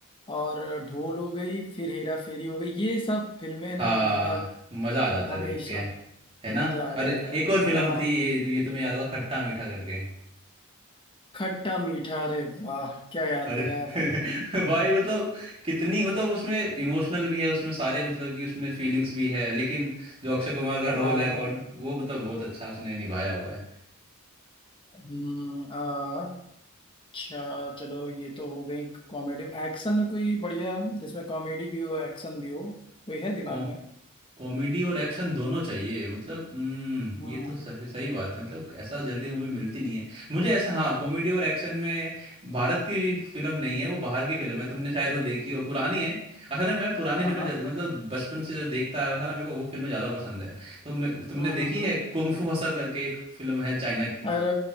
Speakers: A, on the left; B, on the right.
A: और ढोल हो गई फिर हेरा फेरी हो गई ये सब फिल्में ना
B: हाँ
A: मतलब
B: मजा आ जाता
A: हमेशा
B: है देख के है ना
A: मजा आ
B: अरे
A: जाता है
B: एक और फिल्म
A: हाँ
B: थी ये ये तुम्हें याद होगा खट्टा मीठा करके
A: खट्टा मीठा अरे वाह क्या याद
B: अरे
A: दिलाया भाई
B: <laughs> भाई मतलब कितनी मतलब उसमें इमोशनल भी है उसमें सारे मतलब कि उसमें फीलिंग्स भी है लेकिन जो अक्षय कुमार का
A: हाँ
B: रोल है
A: हाँ
B: कौन वो मतलब बहुत अच्छा उसने निभाया हुआ है
A: हम्म, आ, अच्छा चलो ये तो हो गई कॉमेडी एक्शन में कोई बढ़िया जिसमें कॉमेडी भी हो एक्शन भी हो कोई है दिमाग
B: कौन
A: में
B: कॉमेडी और एक्शन दोनों चाहिए मतलब हम्म
A: हम्म
B: ये तो सही सही बात है मतलब ऐसा जल्दी मूवी मिलती नहीं है मुझे ऐसा हाँ कॉमेडी और एक्शन में भारत की फिल्म नहीं है वो बाहर की फिल्म है तुमने शायद वो देखी हो पुरानी है असल में मैं पुरानी
A: हाँ
B: फिल्में
A: हाँ
B: ज्यादा- मतलब बचपन से जो देखता आ रहा था ना मेरे को वो फिल्में ज़्यादा पसंद है तो मैं- तुमने
A: हम्म हम्म
B: देखी
A: हम्म।
B: है कुंग फू हसल करके एक फिल्म है चाइना की
A: अरे